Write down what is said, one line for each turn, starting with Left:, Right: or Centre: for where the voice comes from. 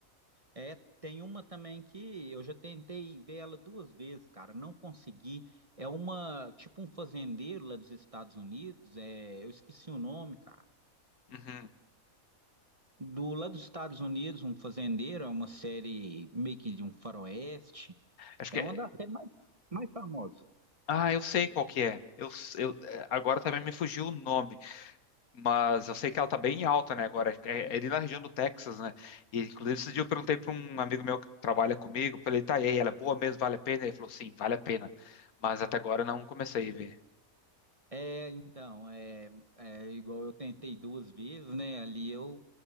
Right: É, tem uma também que eu já tentei ver ela duas vezes, cara, não consegui. É uma, tipo um fazendeiro lá dos Estados Unidos, é, eu esqueci o nome, cara.
Left: Uhum.
Right: Do lá dos Estados Unidos, um fazendeiro, é uma série meio que de um faroeste.
Left: Acho que
Right: É
Left: é.
Right: uma das séries mais, mais famosas.
Left: Ah, eu sei qual que é. Eu, eu- é, agora também me fugiu o nome, mas eu sei que ela tá bem alta, né, agora. É, é ali na região do Texas, né? E, inclusive, esse dia eu perguntei para um amigo meu que trabalha comigo, falei, tá, e aí, ela é boa mesmo, vale a pena? Ele falou, sim, vale a pena. Mas até agora eu não comecei a ver.
Right: É, então, é, é igual eu tentei duas vezes, né? Ali eu